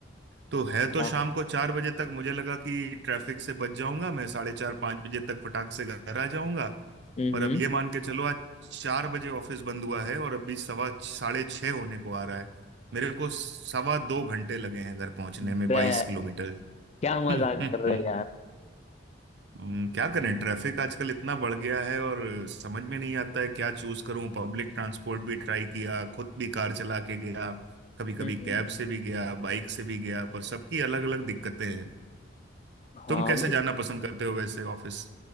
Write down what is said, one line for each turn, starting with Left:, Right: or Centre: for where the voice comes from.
Right: तो है
Left: हाँ
Right: तो शाम को चार बजे तक मुझे लगा कि ट्रैफिक से बच जाऊंगा मैं साढ़े चार पाँच बजे तक फटाक से घर आ जाऊंगा
Left: हम्म
Right: पर
Left: हम्म
Right: अब ये मान के चलो आज चार बजे ऑफिस बंद हुआ है और अभी सवा साढ़े छः होने को आ रहा है मेरे को सवा दो घंटे लगे हैं घर पहुंचने
Left: बे,
Right: में बाईस किलोमीटर
Left: क्या मजाक
Right: <laughs>
Left: कर रहे हो यार
Right: हम्म, क्या करें ट्रैफिक आजकल इतना बढ़ गया है और समझ में नहीं आता है क्या चूज करूं पब्लिक ट्रांसपोर्ट भी ट्राई किया खुद भी कार चला के गया कभी कभी
Left: हम्म
Right: कैब
Left: हम्म
Right: से भी गया बाइक से भी गया पर सबकी अलग अलग दिक्कतें हैं
Left: हाँ
Right: तुम कैसे जाना पसंद करते हो वैसे ऑफिस